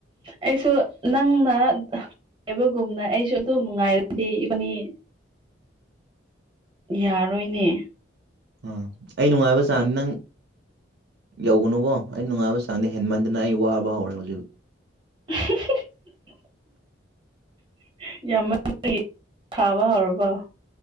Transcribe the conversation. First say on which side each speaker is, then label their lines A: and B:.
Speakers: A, on the right (about 25°); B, on the right (about 55°).
A: ꯑꯩꯁꯨ ꯅꯪꯅ꯫ ꯉꯥꯢꯕꯒꯨꯝꯅ ꯑꯩꯁꯨ ꯑꯗꯨꯝ ꯅꯨꯡꯉꯥꯏꯔꯗꯤ ꯏꯕꯥꯅꯤ ꯌꯥꯔꯣꯏꯅꯦ
B: ꯑꯥ ꯑꯩ ꯅꯨꯡꯉꯥꯏꯕ ꯆꯥꯡ ꯅꯪ ꯌꯧꯒꯅꯨꯀꯣ ꯑꯩ ꯅꯨꯡꯉꯥꯏꯕ ꯆꯥꯡꯗ ꯍꯦꯟꯃꯟꯗꯅ ꯑꯩ ꯋꯥꯕ ꯍꯧꯔꯦ ꯍꯧꯖꯤꯛ
A: <unintelligible> <unintelligible> ꯍꯧꯔꯕꫭ